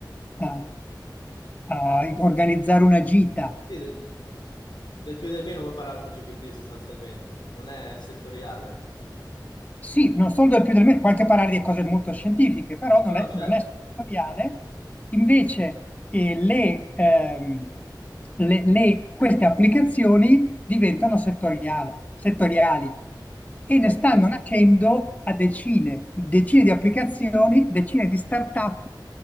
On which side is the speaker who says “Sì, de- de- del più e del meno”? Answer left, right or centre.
Left